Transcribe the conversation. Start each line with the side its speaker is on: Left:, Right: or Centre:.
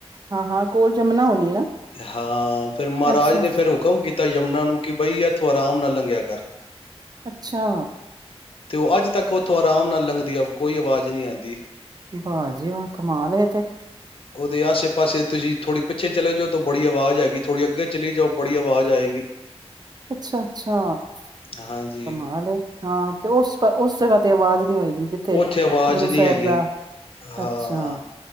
Right: ਹਾਂ-ਹਾਂ ਕੋਲ ਜਮੁਨਾ ਹੋਣੀ ਨਾ,
Left: ਹਾਂ ਫਿਰ ਮਹਾਰਾਜ
Right: ਅੱਛਾ,
Left: ਨੇ ਫਿਰ ਹੁਕਮ ਕੀਤਾ ਕੀਤਾ ਯਮੁਨਾ ਨੂੰ ਕਿ ਬਈ ਇਥੋਂ ਆਰਾਮ ਨਾਲ ਲੰਘਿਆ ਕਰ
Right: ਅੱਛਾ
Left: ਤੇ ਉਹ ਅੱਜ ਤੱਕ ਉੱਥੋਂ ਆਰਾਮ ਨਾਲ ਲੰਘਦੀ ਆ ਕੋਈ ਆਵਾਜ਼ ਨਹੀਂ ਆਉਂਦੀ
Right: ਵਾਹ ਜੀ ਵਾਂ ਕਮਾਲ ਹੈ ਏ ਤੇ
Left: ਦੇ ਆਸੇ ਪਾਸੇ ਤੁਸੀਂ ਥੋੜੀ ਪਿੱਛੇ ਚਲੇ ਜਾਓ ਤਾਂ ਬੜੀ ਆਵਾਜ਼ ਆਏਗੀ ਥੋੜ੍ਹੀ ਅੱਗੇ ਚਲੀ ਜਾਓ ਬੜੀ ਆਵਾਜ਼ ਆਏਗੀ
Right: ਅੱਛਾ ਅੱਛਾ
Left: ਹਾਂਜੀ
Right: ਕਮਾਲ ਏ, ਹਾਂ, ਤੇ ਉਸ ਉਸ ਜਗ੍ਹਾ ਤੇ ਆਵਾਜ਼ ਨੀ ਹੋਏਗੀ ਜਿੱਥੇ
Left: ਉੱਥੇ ਅਵਾਜ਼
Right: ਗੁਰੂ
Left: ਨਹੀਂ
Right: ਸਾਹਿਬ
Left: ਹੈਗੀ,
Right: ਦਾ
Left: ਹਾਂ
Right: ਅੱਛਾ